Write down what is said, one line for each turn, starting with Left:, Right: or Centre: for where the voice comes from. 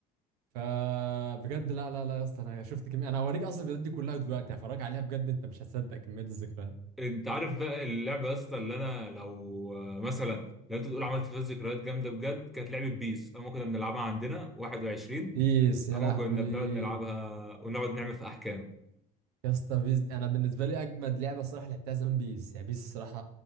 Right: فبجد لا لا لا يا اسطى انا شفت كميه انا هوريك اصلا الفيديوهات دي كلها دلوقتي هفرجك عليها بجد انت مش هتصدق كميه الذكريات
Centre: انت عارف بقى اللعبه يا اسطى اللي انا لو آه، مثلا لو انت تقول عملت فيها ذكريات جامده بجد كانت لعبه بيس اما كنا بنلعبها عندنا 21
Right: بيس يا
Centre: اما
Right: لهوي
Centre: كنا بنقعد نلعبها ونقعد نعمل في احكام
Right: يا اسطى بيس دي- انا بالنسبه لي اجمد لعبه الصراحه لعبتها زمان بيس يعني بيس الصراحه